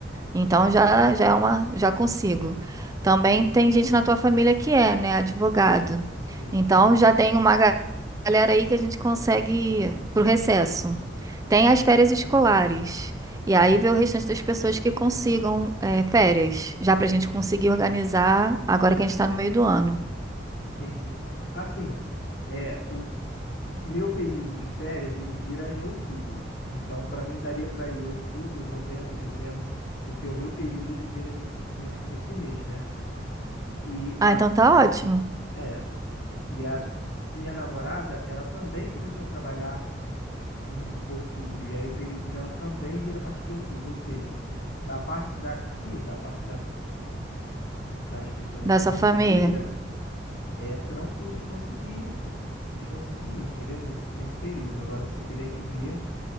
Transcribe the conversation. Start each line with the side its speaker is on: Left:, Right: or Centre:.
Right: Então
Left: sim.
Right: já, já é uma, já consigo. Também tem gente na tua família que é, né, advogado.
Left: Sim,
Right: Então já tem uma ga- galera aí que a gente consegue ir pro recesso. Tem as férias escolares. E aí
Left: sim,
Right: vê o restante das pessoas que consigam é, férias, já pra gente conseguir organizar agora que a gente tá no meio do ano.
Left: entendi. Assim, é, o meu período de férias ele vira em outubro. Então, para mim daria para ir outubro, novembro, dezembro, porque o meu período ele vira nesse, nesse, nesse mês, né? E
Right: Ah,
Left: a,
Right: então tá ótimo,
Left: é, e a minha namorada, ela também começou a trabalhar em outubro, e aí o período dela também vira a partir de outubro, ou seja, da parte daqui, da parte da, das pessoas
Right: da
Left: da
Right: sua
Left: minha
Right: família.
Left: família, é tranquilo de conseguir, de conseguir, entendeu? Nesse, nesse período. Agora você teria que ver